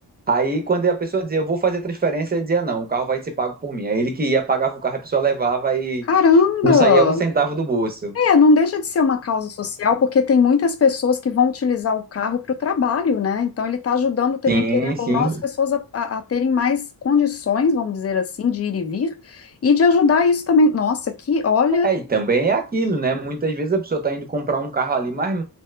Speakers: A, on the right; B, on the left.
A: aí quando a pessoa dizer, eu vou fazer a transferência, ele dizia, não, o carro vai ser pago por mim. Aí ele que ia, pagava o carro, a pessoa levava e
B: Caramba!
A: não saía um centavo do bolso.
B: É, não deixa de ser uma causa social, porque tem muitas pessoas que vão utilizar o carro para o trabalho, né? Então ele está ajudando também,
A: Sim,
B: querendo
A: sim.
B: ou não, as pessoas a, a- a terem mais condições, vamos dizer assim, de ir e vir, e de ajudar isso também. Nossa, que, olha,
A: É, e também é aquilo, né? Muitas vezes a pessoa tá indo comprar um carro ali, mas